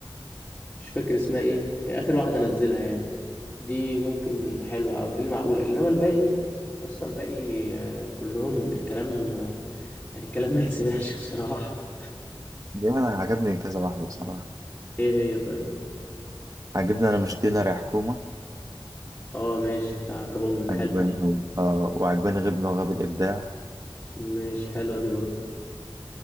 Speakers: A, on the left; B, on the right.
A: مش فاكر اسمها ايه هي اخر واحده انزلها يعني دي ممكن حلوه او دي المعقوله انما الباقي يا اسطى الباقي آه، كلهم الكلام آه، يعني الكلام <laughs> ما يتسمعش بصراحه
B: دي أنا عجبني كذا واحدة بصراحة
A: ايه هي طيب
B: عجبني أنا مش ديلر يا حكومة
A: اه ماشي بتاع كابونجا حلوه
B: عجباني
A: دي
B: أوي آه وعجباني غبنا وغاب الإبداع
A: ماشي حلوه دي برضو